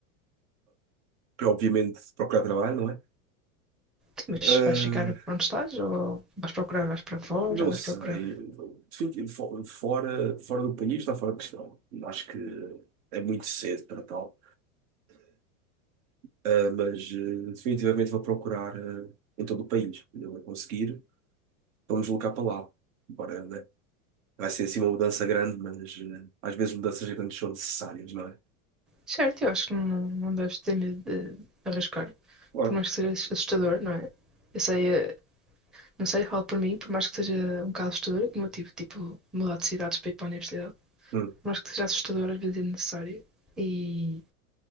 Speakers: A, on the right; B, in the centre.
A: Para, Obviamente, procurar trabalho, não é?
B: Sim, mas
A: Ehm,
B: vais ficar onde estás? Ou vais procurar, vais para fora,
A: Não
B: vais
A: sei,
B: procurar.
A: Fico fo- fora, fora do país está fora de questão. Acho que é muito cedo para tal. Ah, mas eh, definitivamente vou procurar eh, em todo o país. Quando eu conseguir, vamos deslocar para lá. Embora, né, Vai ser assim uma mudança grande, mas eh, às vezes mudanças grandes são necessárias, não é?
B: Certo, eu acho que não, não deves ter medo de arriscar.
A: Claro.
B: Por mais que seja assustador, não é? Eu sei, eh, não sei, falo por mim, por mais que seja um bocado assustador, é como eu tive, tipo, mudar de cidades para ir para a universidade.
A: Hum.
B: Por mais que seja assustador, às vezes é necessário. E